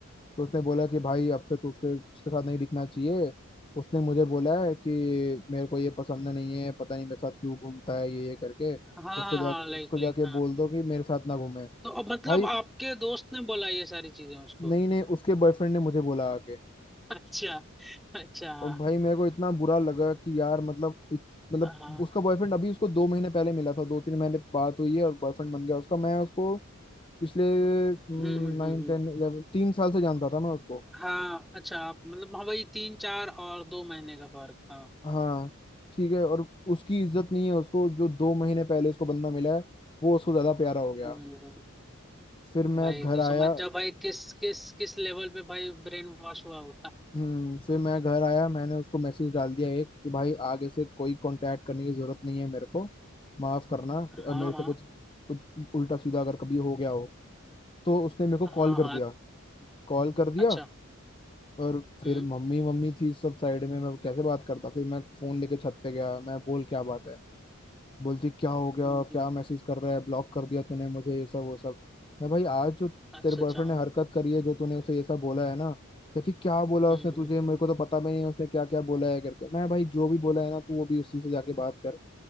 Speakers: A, on the left; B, in the centre.
A: तो उसने बोला कि भाई अब से तू उसके उसके साथ नहीं दिखना चाहिए उसने मुझे बोला है कि मेरे को ये पसंद नहीं है पता नहीं मेरे साथ क्यों घूमता है ये ये करके
B: हाँ
A: उसको
B: हाँ
A: जा
B: हाँ लाइक
A: उसको
B: लाइक
A: जाके
B: हाँ
A: बोल दो कि मेरे साथ ना घूमे
B: तो अब मतलब
A: भाई
B: आपके दोस्त ने बोला ये सारी चीजें उसको
A: नहीं नहीं उसके बॉयफ्रेंड ने मुझे बोला आके
B: अच्छा अच्छा हाँ
A: और भाई मेरे को इतना बुरा लगा कि यार मतलब एक- मतलब
B: हाँ
A: उसका बॉयफ्रेंड अभी उसको दो महीने पहले मिला था दो तीन महीने बात हुई है और बॉयफ्रेंड बन गया उसका मैं उसको पिछले नाइन
B: हम्म हम्म हम्म हम्म।
A: टेन इलेवन तीन साल से जानता था मैं उसको
B: हाँ अच्छा आप मतलब हाँ भाई तीन चार और दो महीने का फर्क हाँ
A: हाँ ठीक है और उसकी इज्जत नहीं है उसको जो दो महीने पहले उसको बंदा मिला है वो उसको ज्यादा प्यारा हो गया
B: हम्म हम्म।
A: फिर मैं
B: भाई
A: घर
B: तो
A: आया
B: समझ जाओ भाई किस किस किस लेवल पे भाई ब्रेन वॉश हुआ होगा
A: हम्म फिर मैं घर आया मैंने उसको मैसेज डाल दिया एक कि भाई आगे से कोई कांटेक्ट करने की जरूरत नहीं है मेरे को माफ करना
B: हाँ
A: अ, मेरे
B: हाँ
A: से कुछ कुछ उल्टा सीधा अगर कभी हो गया हो तो उसने मेरे को
B: हाँ हाँ
A: कॉल कर दिया कॉल कर दिया
B: अच्छा
A: और फिर
B: हम्म
A: मम्मी मम्मी थी सब साइड में मैं कैसे बात करता फिर मैं फोन लेके छत पे गया मैं बोल क्या बात है बोलती क्या हो गया
B: हम्म हम्म।
A: क्या मैसेज कर रहा है ब्लॉक कर दिया तूने मुझे ये सब वो सब मैं भाई आज जो
B: अच्छा
A: तेरे बॉयफ्रेंड
B: अच्छा हाँ
A: ने हरकत करी है जो तूने उसे ये सब बोला है ना कहती क्या बोला
B: हम्म
A: उसने तुझे
B: हम्म
A: मेरे को तो पता भी नहीं है उसने क्या क्या बोला है करके मैं भाई जो भी बोला है ना तू वो भी उसी से जाके बात कर